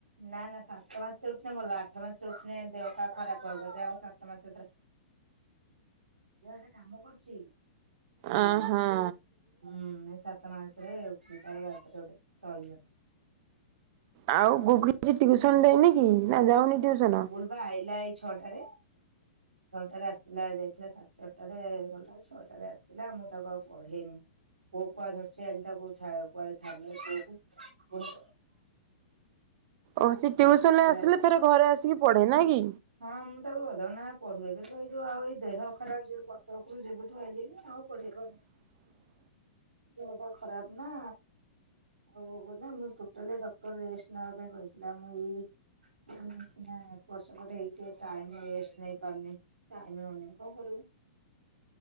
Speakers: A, on the right; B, on the right.
A: ନାଁ ନାଁ ସାତ ମାସରେ ଉଠିନେ ଭଲ ଆଠ ମାସରେ ଉଠିନେ ଦେହ ପା ଖରାପ ହବ ଯାହା ହୋଇ ସାତ ମାସ ତାର ଇଆଡେ କାମ କରୁଚି। ହୁଁ
B: ଅ ହଁ।
A: ସାତ ମାସ ରେ ଉଠିଚି ତାର ଦାନ୍ତଟେ ଗୋଟେ ତଳି ଦାନ୍ତ।
B: ଆଉ ଗୁଗୁ ଆଜି ଟ୍ୟୁସନ ଯାଇନି କି ନା ଯାଉନି ଟ୍ୟୁସନ।
A: ସିଏପା ଆଇଲା ଏଇ ଛଅଟାରେ ଛଅଟାରେ ଆସିଲା ଯାଇଥିଲା ସାତ ଚାରଟାରେ ଗଲା ଛଅଟାରେ ଆସିଲା ମୁଁ ତାକୁ ଆଉ ପଢେଇନି। ପୁଅକୁ ଆଜି ଧରଚି ଆଜି ତାକୁ ଛା କୁଆଡେ ଛାଡିନି ପୁଅକୁ ପୁଣି
B: ଓହ ସେ ଟ୍ୟୁସନରେ ଆସିଲେ
A: ଅଛି
B: ଫେରେ ଘରେ ଆସିକି ପଢେ ନାଁ କି?
A: ହଁ ମୁଁ ତାକୁ ଅଧଘଣ୍ଟା ଲେଖା ପଢୁଏ କିନ୍ତୁ ଏଇ ଯୋଉ ଆଉ ଏଇ ଦେହ ଖରାପ ଯୋଉ କଟକରୁ ଯେବେଠୁ ଆଇଲିଣି ଆଉ ପଢେଇବ
B: <inaudible>
A: ଦେହଟା ଖରାପ ନା ହଉ କି ନାଇଁ ମୁଁ ଟୋଟାଲି ଡକ୍ଟର ରେଷ୍ଟ ନବା ପାଇଁ କହିଥିଲା ମୁଁ ଏଇ ମୁଁ ସିନା ଏପ୍ରସ ଗୋଟେ ଏଇଟି ଏ ଟାଇମ ରେଷ୍ଟ ନେଇ ପାରୁନି ଟାଇମ ହଉନି କଣ କରିବୁ।